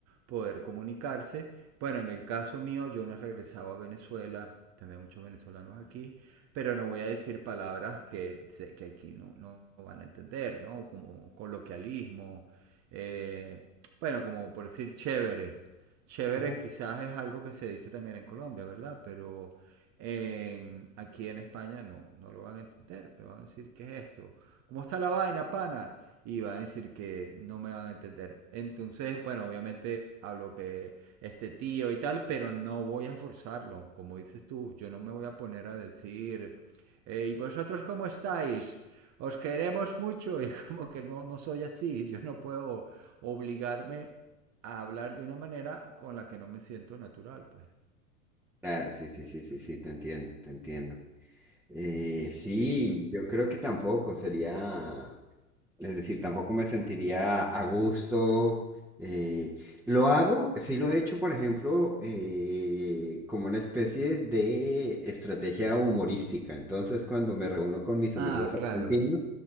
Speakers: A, on the right; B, in the centre.
A: poder comunicarse. Bueno, en el caso mío, yo no he regresado a Venezuela, también hay muchos venezolanos aquí, pero no voy a decir palabras que sé que aquí no, no van a entender, ¿no? Como coloquialismo, eh, bueno, como por decir chévere. Chévere
B: Ujú.
A: quizás es algo que se dice también en Colombia, ¿verdad? Pero en- aquí en España no, no lo van a entender. Me van a decir, ¿qué es esto? ¿Cómo está la vaina, pana? Y van a decir que no me van a entender. Entonces, bueno, obviamente hablo que este tío y tal, pero no voy a forzarlo. Como dices tú, yo no me voy a poner a decir, eh, ¿y vosotros cómo estáis? Os queremos mucho. <laughs> Y como que no, no soy así. Yo no puedo obligarme a hablar de una manera con la que no me siento natural, pues.
B: Claro, sí, sí, sí, sí, sí, te entiendo, te entiendo. Eh, sí,
A: Sí.
B: yo creo que tampoco sería. Es decir, tampoco me sentiría a gusto. eh, lo hago, sí lo he hecho, por ejemplo, eh, como una especie de estrategia humorística. Entonces, cuando me reúno con mis
A: Ah,
B: amigos argentinos,
A: claro.